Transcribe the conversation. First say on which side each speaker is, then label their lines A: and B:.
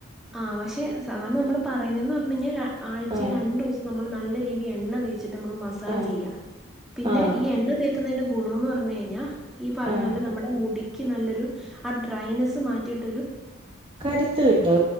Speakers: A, in the centre; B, on the right (about 25°).
A: ആ പക്ഷെ സാധാരണ നമ്മൾ പറയുന്നതെന്ന് പറഞ്ഞു കഴിഞ്ഞാൽ ആഴ്ച
B: ആഹ്
A: രണ്ടു ദിവസം നമ്മൾ നല്ല രീതിൽ എണ്ണ തേച്ചിട്ട നമ്മ മ
B: ആഹ്
A: ചെയ പിന്നെ
B: ആഹ്
A: ഈ എ നിൽക്കുന്നതി്റെ ഗുണംമന്ന് പറഞ്ഞു കഴിഞ്ഞാൽ ഈ പറയുന്ന
B: ആഹ്
A: നല്ല നമ്മുടെ മുടിക്ക് നല്ലൊരു ആ ഡ്രൈനെസ്സ് മാറ്റിയിട്ട്
B: കരുത്ത് കിട്ടും